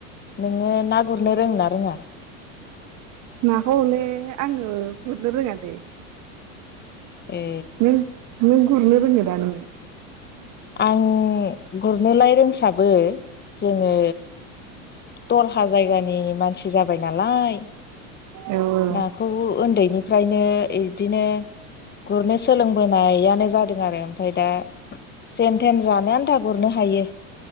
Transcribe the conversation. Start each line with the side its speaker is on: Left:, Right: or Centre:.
Left: नोङो ना गुरनो रों ना रोङा?
Right: नाखौ हले आङो गुरनो रोङा दै।
Left: ए।
Right: नों नों गुरनो रोङो दा नोङो?
Left: आं गुरनोलाय रोंसाबो जोङो दरहा जायगानि मानसि जाबाय नालाय
Right: औ औ
Left: नाखौ उन्दै बेनिफ्रायनो इदिनो गुरनो सोलोंबोनायानो जादों आरो ओमफ्राय दा जेन थेन जानाय आनथा गुरनो हायो।